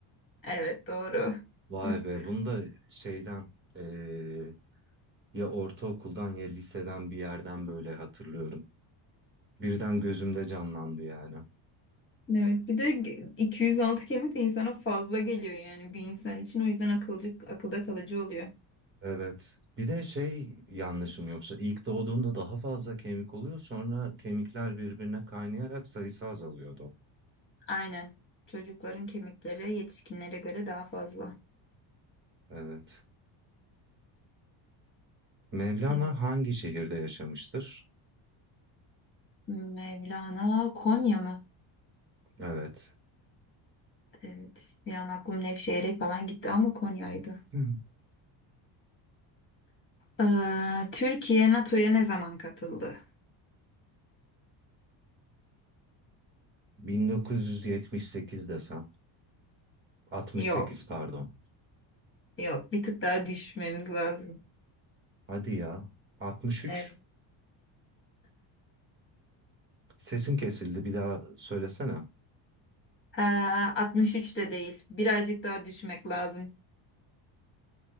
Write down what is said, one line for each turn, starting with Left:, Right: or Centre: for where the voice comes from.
Left: Evet doğru.
Right: Vay
Left: <laughs>
Right: be, bunu da şeyden ee, ya ortaokuldan ya liseden bir yerden böyle hatırlıyorum. Birden gözümde canlandı yani.
Left: Evet bir de ge- 206 kemik de insana fazla geliyor yani bir insan için o yüzden akılcı, akılda kalıcı oluyor.
Right: Evet. Bir de şey yanlışım yoksa ilk doğduğunda daha fazla kemik oluyor, sonra kemikler birbirine kaynayarak sayısı azalıyordu.
Left: Aynen. Çocukların kemikleri yetişkinlere göre daha fazla.
Right: Evet. Mevlana
Left: Evet.
Right: hangi şehirde yaşamıştır?
Left: Mevlana Konya mı?
Right: Evet.
Left: Evet. Bir an aklım Nevşehir'e falan gitti ama Konya'ydı.
Right: Hı.
Left: Ee, Türkiye NATO'ya ne zaman katıldı?
Right: 1978 desem. 68
Left: Yok.
Right: pardon.
Left: Yok. Bir tık daha düşmemiz lazım.
Right: Hadi ya. 63.
Left: Evet.
Right: Sesin kesildi. Bir daha söylesene.
Left: Ee, 63 de değil. Birazcık daha düşmek lazım.